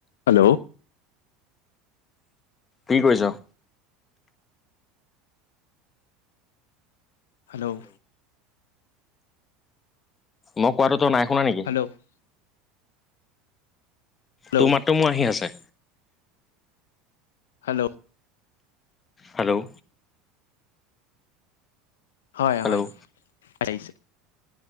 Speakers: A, on the left (about 70°); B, on the left (about 30°).
A: Hello,
B: কি কৰিছ?
A: Hello,
B: মই কোৱাটো তই নাই শুনা নেকি?
A: লও হেল্ল'
B: তোৰ মাত্ৰ মোৰ আহি আছে।
A: হেল্ল',
B: হেল্ল',
A: হয়।
B: হেল্ল'
A: হয়। আহিছে